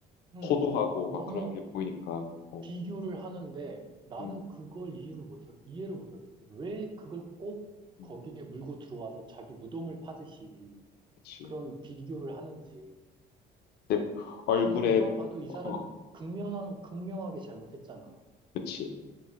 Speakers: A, on the right; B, on the left.
A: 음,
B: 호도하고
A: 너무
B: 막 그런 게 보이니까, 어,
A: 비교를 하는데 나는
B: 음,
A: 그걸 이유를 못, 하- 이해를 못하겠어. 왜 그걸 꼭
B: 음,
A: 거기에 물고 들어와서 자기 무덤을 파듯이
B: 그치.
A: 그런 비교를 하는지.
B: 내 얼굴에,
A: 아니, 누가 봐도 이
B: 어,
A: 사람이 극명한, 극명하게 잘못했잖아.
B: 그치.